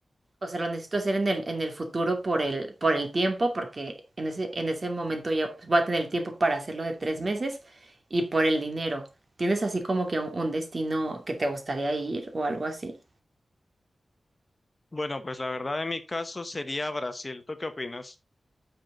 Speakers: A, on the right; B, on the left.
A: o sea, lo necesito hacer en el, en el futuro por el, por el tiempo, porque en ese, en ese momento ya pues, voy a tener el tiempo para hacerlo de tres meses y por el dinero. ¿Tienes así como que un, un destino que te gustaría ir o algo así?
B: Bueno, pues la verdad en mi caso sería Brasil. ¿Tú qué opinas?